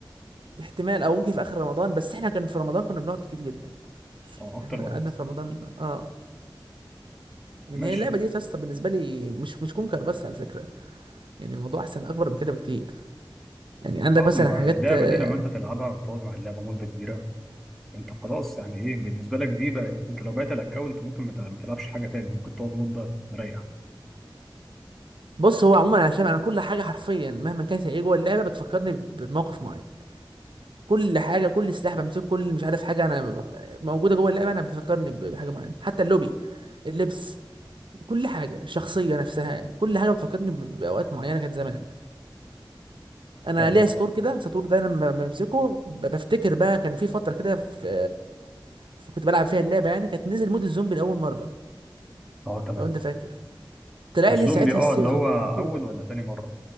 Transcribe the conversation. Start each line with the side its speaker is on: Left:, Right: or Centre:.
Right: احتمال او ممكن في اخر رمضان بس احنا كان في رمضان كنا بنقعد كتير جدا
Centre: اه اكتر
Right: احنا
Centre: وقت
Right: قعدنا في رمضان اه يعني
Centre: ماشي
Right: هي اللعبة دي يا اسطى بالنسبة لي مش مش كونكر بس على فكرة يعني الموضوع احسن اكبر من كده بكتير يعني عندك
Centre: اه
Right: مثلا
Centre: ما
Right: حاجات
Centre: اللعبه
Right: آه،
Centre: دي لما انت تلعبها وتقعد مع اللعبه مده كبيره انت خلاص يعني ايه بالنسبه لك دي بقت انت لو بعت الاكونت ممكن ما تلع- ما تلعبش حاجه تاني ممكن تقعد مده مريح
Right: بص هو عموما عشان انا كل حاجه حرفيا مهما كانت هي ايه جوه اللعبه بتفكرني بموقف معين كل حاجه كل سلاح بمسكه كل مش عارف حاجه انا موجوده جوه اللعبه انا بتفكرني بحاجه معينه حتى اللوبي اللبس كل حاجه الشخصيه نفسها كل حاجه بتفكرني ب- باوقات معينه كانت زمان انا
Centre: فاهمك
Right: ليا سطور
Centre: اه
Right: كده سطور ده انا لما بمسكه ب- بفتكر بقى كان في فتره كده في في- كنت بلعب فيها اللعبه يعني كانت نزل مود الزومبي لاول مره
Centre: اه تمام
Right: لو انت فاكر طلع
Centre: الزومبي
Right: لي ساعتها
Centre: اه
Right: السي-
Centre: اللي
Right: السطور
Centre: هو اول
Right: ده
Centre: ولا تاني مره